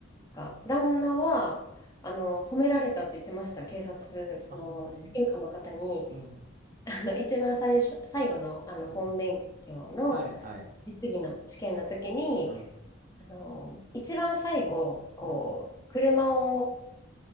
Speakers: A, on the left; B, on the right.
A: なんか、旦那は、
B: ー、
A: あの、褒められたって言ってました。警察、
B: あ、
A: その、
B: あ、本当に
A: 玄関の方に、
B: うん、
A: あの、一番最初、最後の、あの、
B: うん。
A: 本免許の
B: はい、はい。
A: 実技の試験の時に、
B: うん、
A: あの、一番最後、こう、
B: うん、
A: 車を